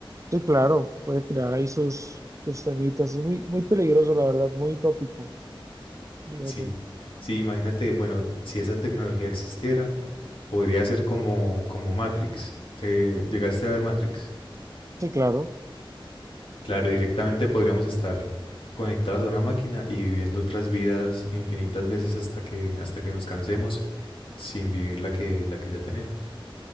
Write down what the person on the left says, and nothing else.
Sí,
sí, imagínate, bueno, si esa tecnología existiera, podría ser como, como Matrix. ¿Te llegaste a ver Matrix?
Claro, directamente podríamos estar conectados a una máquina y viviendo otras vidas infinitas veces hasta que, hasta que nos cansemos sin vivir la que, la que ya tenemos.